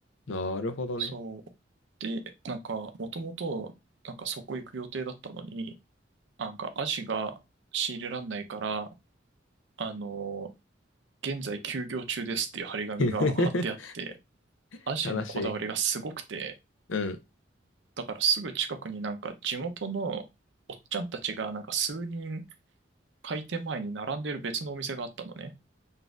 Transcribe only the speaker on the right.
そう。で、なんか、もともと、なんかそこ行く予定だったのに、あなんか、アジが仕入れらんないから、あの現在休業中ですっていう張り紙が貼ってあって、
アジへのこだわりがすごくて、
だからすぐ近くになんか地元のおっちゃんたちがなんか数人開店前に並んでる別のお店があったのね。